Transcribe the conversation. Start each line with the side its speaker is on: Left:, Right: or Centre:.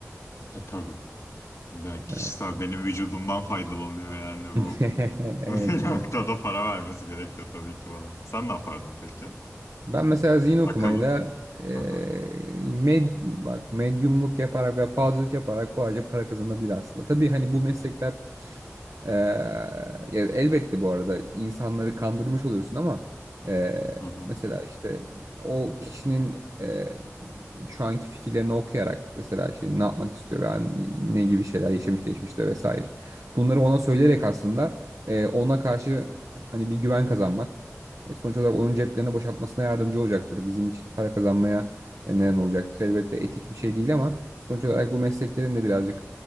Left: E tabii. Ben kişisel
Right: Evet.
Left: benim vücudumdan faydalanıyor yani
Right: <laughs>
Left: bu.
Right: Evet.
Left: <laughs> Bir
Right: evet.
Left: noktada para vermesi gerekiyor tabii ki bana. Sen ne yapardın peki?
Right: Ben mesela zihin okumayla
Left: Akıllı.
Right: eee,
Left: Hı hı.
Right: med, bak medyumluk yaparak veya falcılık yaparak kolayca para kazanabilir aslında. Tabii hani bu meslekler eee, ya elbette bu arada insanları kandırmış oluyorsun ama eee,
Left: Hı hı.
Right: mesela işte o kişinin eee, şu anki fikirlerini okuyarak mesela şey ne yapmak istiyor yani ne gibi şeyler yaşamış geçmişte vesaire. Bunları ona söyleyerek aslında eee, ona karşı hani bir güven kazanmak e, sonuç olarak onun ceplerini boşaltmasına yardımcı olacaktır. Bizim için para kazanmaya e, neden olacaktır. Elbette etik bir şey değil ama sonuç olarak bu mesleklerin de birazcık